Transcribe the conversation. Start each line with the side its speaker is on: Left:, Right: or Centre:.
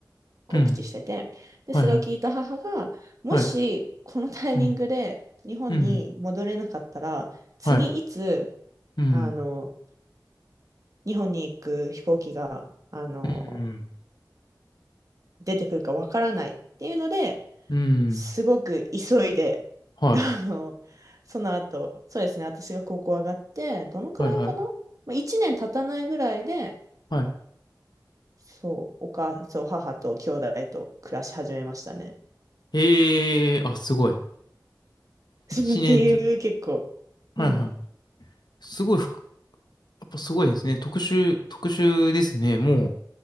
Right: 告知してて。
Left: うん。
Right: で、
Left: はい、
Right: それを聞いた母が、
Left: はい。
Right: もし、
Left: はい。
Right: このタイミングで日本に戻れなかったら、
Left: うん。うん。
Right: 次いつ、
Left: はい。うん。
Right: あの、日本に行く飛行機が、あの、
Left: うん。
Right: 出てくるかわからないっていうので、
Left: うん。
Right: すごく急いで、
Left: はい。
Right: あの、その後、そうですね、私が高校上がって、どのくらいかなまあ、
Left: はい、はい。
Right: 1年経たないぐらいで、
Left: はい。
Right: そう、お母、そう、母と兄弟と暮らし始めましたね。
Left: へえ。あ、すごい。
Right: <laughs>
Left: 一年と、
Right: っていう、結構。
Left: はい、
Right: うん。
Left: はい。すごい、ふくやっぱすごいですね。特殊、特殊ですね。もう。